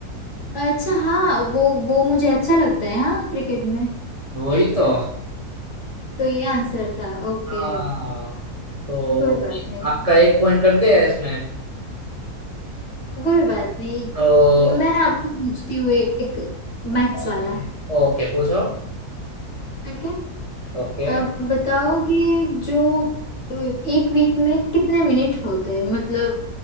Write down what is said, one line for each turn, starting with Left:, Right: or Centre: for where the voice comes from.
Left: अच्छा हाँ वो वो मुझे अच्छा लगता है हाँ क्रिकेट में
Right: वही तो
Left: तो ये आंसर था ओके
Right: हाँ तो
Left: कोई बात नहीं
Right: आपका एक पॉइंट कट गया इसमें
Left: कोई बात नहीं
Right: तो
Left: मैं आपको पूछती हूँ एक मैथ्स
Right: ओके
Left: वाला
Right: ओके पूछो
Left: ओके
Right: ओके
Left: आप बताओ कि जो अ, एक वीक में कितने मिनट होते हैं मतलब